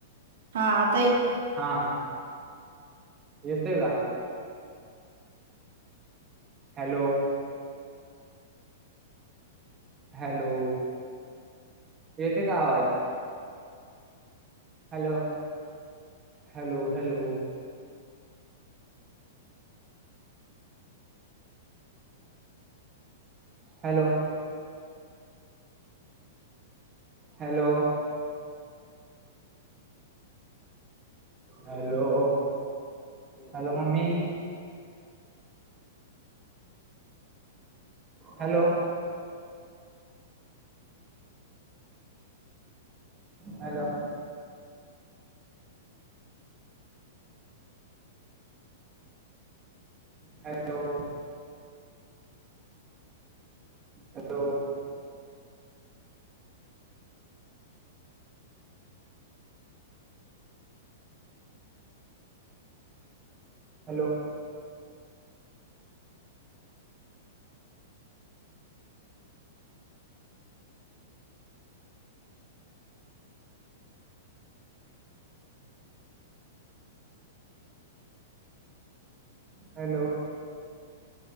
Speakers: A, on the right; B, on the right.
A: हा आता येत
B: हा. येतोय का? हॅलो. हॅलो. येेतय का आवाज? Hello. Hello -hello. Hello. Hello. Hello. Hello mummy. Hello. Hello. Hello. Hello. Hello. Hello.